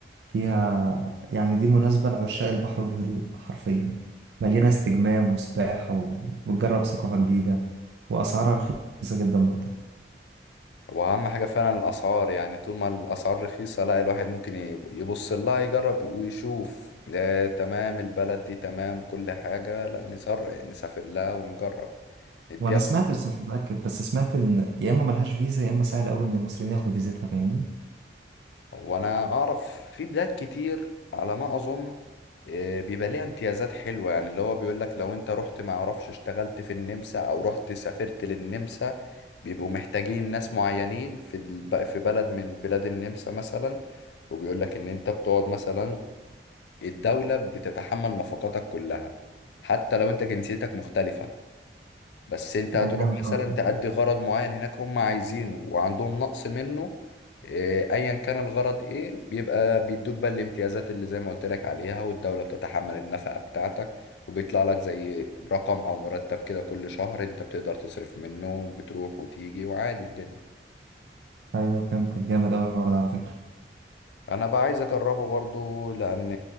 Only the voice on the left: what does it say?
وأهم حاجة فعلا الأسعار يعني طول ما الأسعار رخيصة لا الواحد ممكن يب- يبص لها يجرب ويشوف لا تمام البلد دي تمام كل حاجة لا نسر... نسافر لها ونجرب نديها
وانا اعرف في بلاد كتير على ما اظن آه، بيبقى ليها امتيازات حلوة يعني اللي هو بيقول لك لو انت رحت ما اعرفش اشتغلت في النمسا او رحت سافرت للنمسا بيبقوا محتاجين ناس معينين في الب- في بلد من بلاد النمسا مثلا وبيقول لك ان انت بتقعد مثلا الدولة بتتحمل نفقاتك كلها حتى لو انت جنسيتك مختلفة بس انت هتروح
مثلا
تأدي غرض معين هناك هم عايزينه وعندهم نقص منه اه، ايا كان الغرض ايه بيبقى بيدوك بقى الامتيازات اللي زي ما قلت لك عليها والدولة بتتحمل النفقة بتاعتك وبيطلع لك زي رقم او مرتب كده كل شهر انت بتقدر تصرف منه وبتروح وتيجي وعادي الدنيا
انا بقى عايز اجربه برضو لان